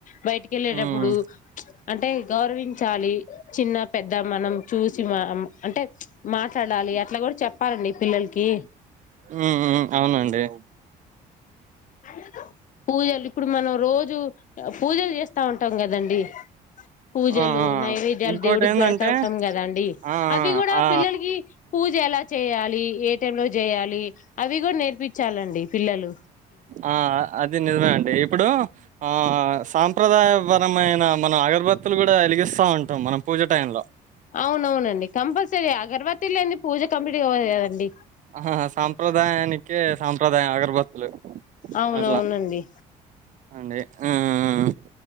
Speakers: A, on the left; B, on the right.
A: బయటికెళ్ళేటప్పుడు
B: ఉమ్
A: అంటే గౌరవించాలి. చిన్న పెద్ద మనం చూసి మా అం అంటే మాట్లాడాలి అట్ల గూడ చెప్పాలండి పిల్లలకి
B: మ్మ్ హ్మ్ ఔనండి
A: <unintelligible> పూజలు ఇప్పుడు మనం రోజూ పూజలు చేస్తా ఉంటాం కదండి పూజలు,
B: ఆ! ఆ!
A: నైవేద్యాలు
B: ఇంకోటేందంటే
A: దేవుడికి పెడతా ఉంటాం కదండి
B: ఆ!
A: అవి కూడా
B: ఆ! ఆ!
A: పిల్లలకి పూజెలా చేయాలి. ఏ టైంలో జేయాలి అవి కూడా నేర్పిచ్చాలండి పిల్లలకి
B: ఆ అదీ నిజమేనండి. ఇప్పుడు ఆ సాంప్రదాయపరమైన, మన అగరబత్తులు కూడా ఎలిగిస్తా ఉంటాం మనం పూజ టైమ్ల
A: ఔనౌనండి కంపల్సరీ అగర్వత్తిలేంది పూజ కంప్లీట్ అవ్వదు కదండి.
B: హహ సాంప్రదాయానికే సాంప్రదాయం అగరబత్తులు
A: అవునవునండి
B: అట్ల అండి ఉహ్